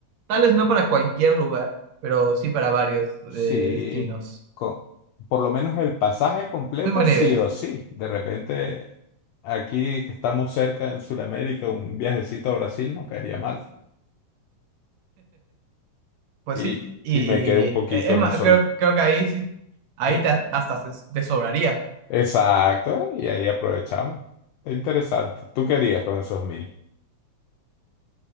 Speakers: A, on the right; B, on the left.
A: tal vez no para cualquier lugar, pero sí para varios
B: Sí,
A: eh, destinos.
B: co- por lo menos el pasaje completo,
A: Muy buena
B: sí
A: idea,
B: o sí. De repente, aquí que estamos cerca en Sudamérica, un viajecito a Brasil no caería mal.
A: pues
B: Y,
A: sí. Y
B: y me quedo un
A: eh,
B: poquito,
A: es más,
B: no solo.
A: creo, creo que ahí sí, ahí
B: ¿sí?
A: te- hasta se- te sobraría.
B: Exacto, ¿eh? y ahí aprovechamos. Es interesante. ¿Tú querías con esos mil?